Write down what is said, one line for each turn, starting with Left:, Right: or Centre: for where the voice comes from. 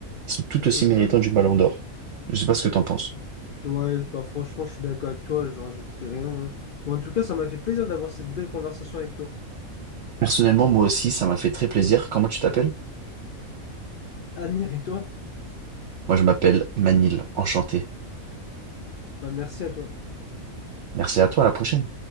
Right: Ils sont tout aussi
Left: Mhm.
Right: méritants du Ballon d'Or. Je sais pas ce que t'en penses.
Left: Ouais, bah franchement, je suis d'accord avec toi, je rajouterai rien. hein. Mais en tout cas, ça m'a fait plaisir d'avoir cette belle conversation avec toi.
Right: Personnellement, moi aussi, ça m'a fait très plaisir. Comment tu t'appelles?
Left: Amir et toi,
Right: Moi, je m'appelle Manil. Enchanté.
Left: bah merci à toi.
Right: Merci à toi, à la prochaine.